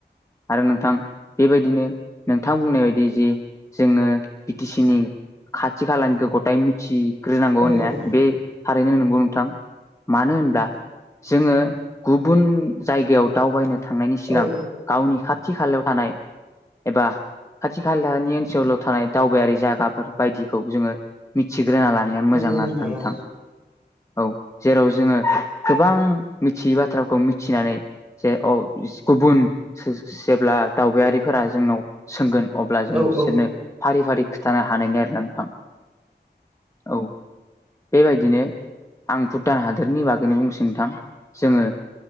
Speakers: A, on the left (about 15°); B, in the centre.
A: आरो नोंथां बेबायदिनो नोंथां बुंनाय बायदि जि जोङो बि टि सि नि खाथि खालानिखो गथाइ मिथि ग्रोनांगौ
B: औ
A: होननाया
B: औ
A: बे थारैनो नंगौ नोंथां मानो होनब्ला जोङो गुबुन जायगायाव दावबायनो थांनायनि सिगां
B: औ
A: गावनि खाथि थि खालायाव थानाय एबा खाथि खालानि ओनसोलाव थानाय दावबायारि जायगाफोर बायदिखौ जोङो मिथि ग्रोना लानाया
B: नंगौ
A: मोजां आरो ना नोंथां
B: औ
A: औ जेराव जोङो गोबां मिथियै बाथ्राखौ मिथिनानै जे औ गुबुन जेब्ला दावबायारिफोरा जोंनाव सोंगोन अब्ला जों
B: औ
A: बिसोरनो
B: औ
A: फारि फारि खिथानो हानायनि आरो नोंथां औ बेबायदिनो आं भुटान हा दोरनि बागैनो बुंसिनो नोंथां